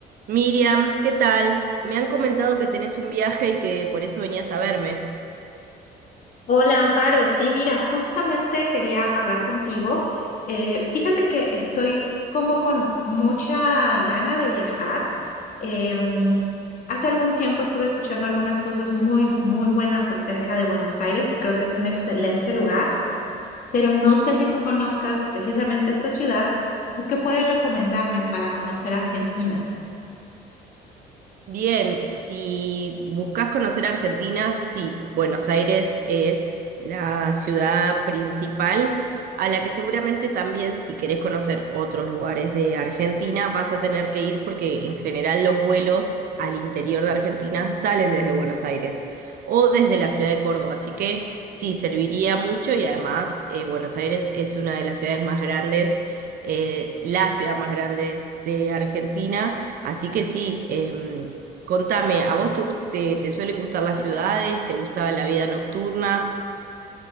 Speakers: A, on the right; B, on the left.
A: Miriam, ¿qué tal? Me han comentado que tenés un viaje y que por eso venías a verme.
B: Hola, Amparo. Sí, mira, justamente quería hablar contigo. Eh, fíjate que estoy como con mucha gana de viajar. Eh, mm, hace algún tiempo estuve escuchando algunas cosas muy, muy buenas acerca de Buenos Aires y creo que es un excelente lugar, pero no sé si tú conozcas precisamente esta ciudad. ¿Qué puedes recomendarme para conocer Argentina?
A: Bien, si buscas conocer Argentina, sí, Buenos Aires es la ciudad principal a la que seguramente también si querés conocer otros lugares de Argentina vas a tener que ir porque en general los vuelos al interior de Argentina salen desde Buenos Aires o desde la ciudad de Córdoba, así que sí, serviría mucho y además eh, Buenos Aires es una de las ciudades más grandes, eh, la ciudad más grande de Argentina. Así que sí, em, Contame, ¿a vos te, gust- te, te suelen gustar las ciudades? ¿Te gusta la vida nocturna?